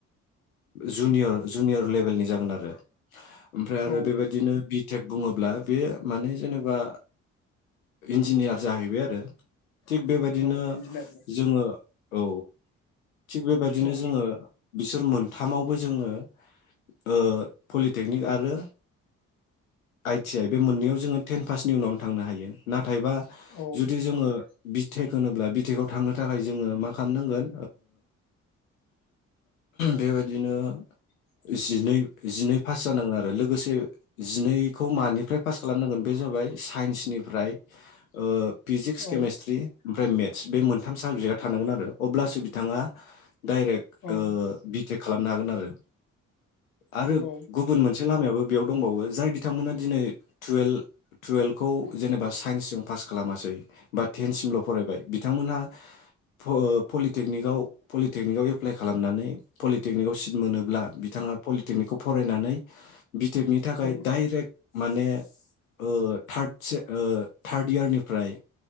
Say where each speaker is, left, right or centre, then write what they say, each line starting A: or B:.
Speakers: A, on the left; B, on the left.
A: जुनियर जुनियर लेभेलनि जागोन आरो ओमफ्राय
B: औ
A: आरो बेबायदिनो बिटेक बुङोब्ला बे माने जेनेबा इन्जिनियार जाहैबाय आरो थिग बेबायदिनो
B: औ इन्जिनियार
A: जोङो औ थिग बेबायदिनो
B: औ
A: जोङो बिसोर मोनथामावबो जोङो ओ पलिटेकनिक आरो आइटि आइ बे मोननैयाव जोङो टेन पासनि उनावनो थांनो हायो नाथायबा
B: औ
A: जुदि जोङो बिटेक होनोब्ला बिटेकआव थांनो थाखाय जोङो मा खामनांगोन बेबायदिनो जिनै जिनै पास जानांगोन आरो लोगोसे जिनैखौ मानिफ्राय पास खालामनांगोन बे जाबाय साइन्सनिफ्राय ओ फिजिक्स
B: ओं औ
A: केमेस्ट्रि ओमफ्राय मेथ्स बे मोनथाम साबजेका थानांगोन आरो अब्लासो बिथाङा डाइरेक
B: ओं
A: ओ बि टेक खालामनो हागोन आरो आरो
B: औ
A: गुबुन मोनसे लामायावबो बेयाव दंबावो जाय बिथांमोना दिनै टुयेल टुयेलखौ जेनेबा साइन्सजों पास खालामासै बा टेन सिमल‌ फरायबाय बिथांमोनहा प ओ‌‌ पलि पलिटेकनिकआव पलिटेकनिकआव एप्लाइ खालामनानै पलिटेकनिकआव सिट मोनोब्ला बिथाङा पलिटेकनिकखौ फरायनानै बिटेकनि थाखाय
B: औ
A: डाइरेक माने ओ‌ थार्द से ओ थार्ड इयारनिफ्राय